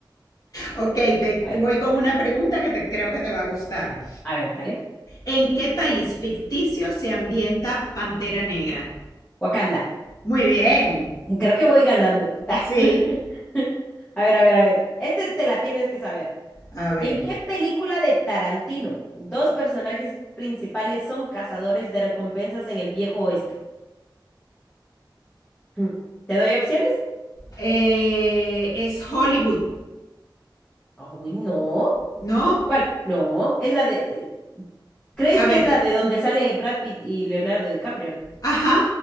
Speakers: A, on the left; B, on the left.
A: Ok, te
B: A ver,
A: voy con una pregunta que te, creo que te va a gustar.
B: a ver, dale.
A: ¿En qué país ficticio se ambienta Pantera Negra?
B: Wakanda.
A: Muy bien.
B: Creo que voy ganando. <laughs>
A: Sí.
B: A ver, a ver, a ver. Este te la tienes que saber.
A: A ver.
B: ¿En qué película de Tarantino dos personajes principales son cazadores de recompensas en el viejo oeste? <clears throat> Mm, ¿Te doy opciones?
A: Eh, es Hollywood,
B: Uy, no.
A: ¿no?
B: ¿Cuál? No, es la de... ¿Crees
A: A
B: que
A: ver.
B: es la de donde sale Brad Pitt y Leonardo DiCaprio?
A: Ajá.